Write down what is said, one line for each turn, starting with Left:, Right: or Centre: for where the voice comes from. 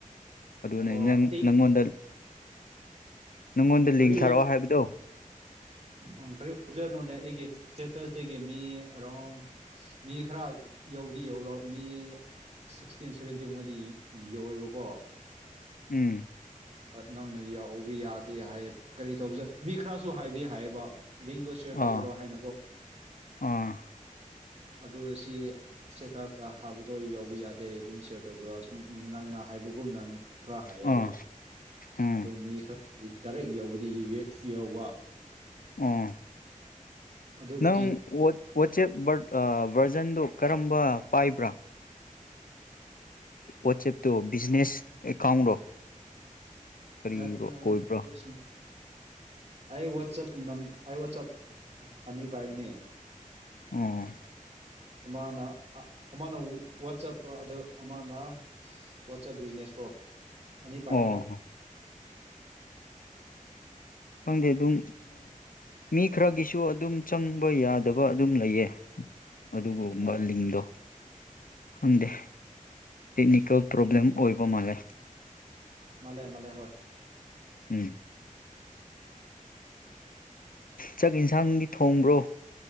Left: ꯑꯗꯨꯅꯦ
Right: ꯑꯣ
Left: ꯅꯪ
Right: ꯑꯩ
Left: ꯅꯪꯉꯣꯟꯗ ꯅꯪꯉꯣꯟꯗ ꯂꯤꯡ
Right: ꯀꯔꯤ
Left: ꯊꯥꯔꯛꯑꯣ
Right: ꯑꯣꯏꯕ
Left: ꯍꯥꯏꯕꯗꯣ
Right: ꯎꯝ ꯀꯔꯤ ꯑꯣꯏꯖꯠꯅꯣꯅꯦ ꯑꯩꯒꯤ ꯏꯁꯇꯦꯇꯁꯗꯒꯤ ꯃꯤ ꯑꯦꯔꯥꯡ ꯃꯤ ꯈꯔ ꯌꯧꯗꯤ ꯌꯧꯕ ꯃꯤ ꯁꯤꯛꯁꯇꯤꯟ ꯁꯚꯦꯟꯇꯤꯒꯨꯝꯕꯗꯤ ꯌꯧꯋꯦꯕꯀꯣ
Left: ꯎꯝ
Right: ꯅꯪꯅ ꯌꯥꯎꯕ ꯌꯥꯗꯦ ꯍꯥꯏ ꯀꯔꯤ ꯇꯧꯕꯅꯣ ꯃꯤ ꯈꯔꯁꯨ ꯍꯥꯏꯗꯤ ꯍꯥꯏꯌꯦꯕ ꯂꯤꯡꯗꯣ ꯁꯤꯌꯔ
Left: ꯑꯥ
Right: ꯇꯧꯕꯤꯔꯛꯑꯣ ꯍꯥꯏꯅꯀꯣ
Left: ꯑꯥ
Right: ꯑꯗꯨ ꯑꯁꯤ ꯁꯇꯦꯇꯥꯁ ꯍꯥꯞꯕꯗꯣ ꯌꯥꯎꯕ ꯌꯥꯗꯦ ꯂꯤꯡꯁꯤꯌꯔꯗ ꯇꯧꯕꯤꯔꯣ ꯅꯪꯅ ꯍꯥꯏꯕꯒꯨꯝꯅ ꯈꯔ ꯍꯥꯏꯌꯦꯕ
Left: ꯑꯥ ꯎꯝ
Right: ꯑꯗꯣ ꯃꯤ ꯈꯔ ꯗꯥꯏꯔꯦꯛ ꯌꯧꯕꯗꯤ ꯌꯧꯕ
Left: ꯑꯥ
Right: ꯑꯗꯨꯒꯤ
Left: ꯅꯪ ꯋꯥꯆꯦꯞ ꯚꯔꯖꯟꯗꯨ ꯀꯔꯝꯕ ꯄꯥꯏꯕ꯭ꯔꯥ ꯋꯥꯠꯆꯦꯞ ꯇꯣ ꯕꯤꯖꯤꯅꯦꯁ ꯑꯦꯀꯥꯎꯟꯔꯣ ꯀꯔꯤꯔꯣ
Right: ꯅꯠ ꯅꯠ
Left: ꯑꯣꯏꯕ꯭ꯔꯥ
Right: <unintelligible> ꯑꯩ ꯋꯥꯆꯞ ꯅꯝꯕꯔ ꯑꯩ ꯋꯥꯆꯞ ꯑꯅꯤ ꯄꯥꯏꯕꯅꯦ
Left: ꯑꯣ
Right: ꯑꯃꯅ ꯑꯃꯅ ꯋꯥꯆꯞ ꯀꯣ ꯑ ꯑꯃꯅ ꯋꯥꯆꯞ ꯕꯤꯖꯤꯅꯦꯁ ꯀꯣ ꯑꯅꯤ ꯄꯥꯏ
Left: ꯑꯣ
Right: ꯌꯥꯏ
Left: ꯈꯪꯗꯦ ꯑꯗꯨꯝ ꯃꯤ ꯈꯔꯒꯤꯁꯨ ꯑꯗꯨꯝ ꯆꯪꯕ ꯌꯥꯗꯕ ꯑꯗꯨꯝ ꯂꯩꯌꯦ꯫ ꯑꯗꯨꯒꯨꯝꯕ
Right: ꯑꯣ
Left: ꯂꯤꯡꯛꯗꯣ ꯈꯪꯗꯦ ꯇꯦꯛꯅꯤꯀꯦꯜ ꯄ꯭ꯔꯣꯕ꯭ꯂꯦꯝ ꯑꯣꯏꯕ ꯃꯥꯜꯂꯦ
Right: ꯃꯥꯂꯦ ꯃꯥꯂꯦ ꯍꯣꯏ
Left: ꯎꯝ꯫ ꯆꯥꯛ ꯌꯦꯟꯁꯥꯡꯗꯤ ꯊꯣꯡꯕ꯭ꯔꯣ